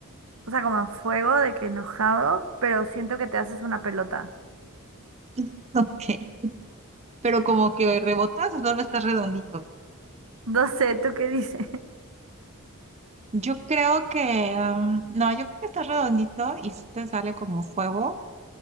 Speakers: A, on the right (about 65°); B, on the right (about 30°).
A: o sea, como a fuego de que enojado, pero siento que te haces una pelota. <laughs>
B: <laughs> Ok. Pero como que rebotas o solo estás redondito.
A: No sé, ¿tú qué dices? <laughs>
B: Yo creo que, am, no, yo creo que está redondito y si te sale como fuego,